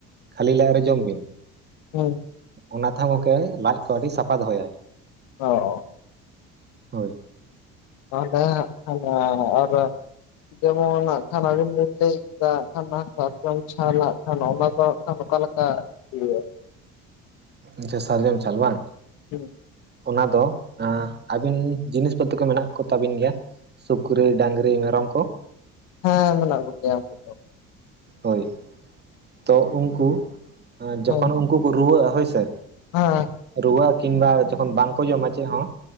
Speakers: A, on the right (about 30°); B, on the left (about 80°).
A: ᱠᱷᱟᱹᱞᱤ ᱞᱟᱡ ᱨᱮ ᱡᱚᱢ ᱵᱤᱱ
B: ᱦᱩᱸ᱾
A: ᱚᱱᱟ ᱛᱮᱦᱚ ᱜᱚᱢᱠᱮ ᱞᱟᱡ ᱠᱚ ᱟᱹᱰᱤ ᱥᱟᱯᱷᱟ ᱫᱚᱦᱚᱭᱟᱭ
B: ᱚ᱾
A: ᱦᱳᱭ᱾
B: ᱱᱚᱸᱰᱮᱜ ᱠᱷᱟᱱ ᱟᱨ ᱡᱮᱢᱚᱱᱟᱜ ᱠᱷᱟᱱ ᱟᱹᱵᱤᱱ ᱵᱤᱱ ᱞᱟᱹᱭ ᱠᱮᱫᱟ ᱠᱷᱟᱱ ᱦᱟᱸᱜ ᱥᱟᱨᱡᱚᱢ ᱪᱷᱟᱞᱟᱜ ᱠᱷᱟᱱ ᱚᱱᱟ ᱫᱚ ᱠᱷᱟᱱ ᱚᱠᱟ ᱞᱮᱠᱟ ᱦᱩᱭᱩᱜᱼᱟ᱾
A: ᱟᱪᱪᱷᱟ ᱥᱟᱨᱡᱚᱢ ᱪᱷᱟᱞ ᱵᱟᱝ
B: ᱦᱮᱸ᱾
A: ᱚᱱᱟ ᱫᱚ ᱟᱸ ᱟᱹᱵᱤᱱ ᱡᱤᱱᱤᱥ ᱯᱚᱛᱤ ᱠᱚ ᱢᱮᱱᱟᱜ ᱠᱚ ᱛᱟᱹᱵᱤᱱ ᱜᱮᱭᱟ᱾ ᱥᱩ‌‌ᱠᱨᱤ ᱰᱟᱹᱝᱨᱤ ᱢᱮᱨᱚᱢ ᱠᱚ
B: ᱦᱮᱸ ᱢᱮᱱᱟᱜ ᱠᱚ ᱜᱮᱭᱟ ᱩᱱᱠᱩ ᱫᱚ
A: ᱦᱳᱭ ᱛᱚ ᱩᱱᱠᱩ ᱡᱚᱠᱷᱚᱱ
B: ᱦᱮᱸ
A: ᱩᱱᱠᱩ ᱠᱚ ᱨᱩᱣᱟᱹᱜᱼᱟ ᱦᱳᱭ ᱥᱮ
B: ᱦᱮᱸ᱾
A: ᱨᱩᱣᱟᱹᱜᱼᱟ ᱠᱤᱝᱵᱟ ᱡᱚᱠᱷᱚᱱ ᱵᱟᱝᱠᱚ ᱡᱚᱢᱟ ᱪᱮᱫ ᱦᱚᱸ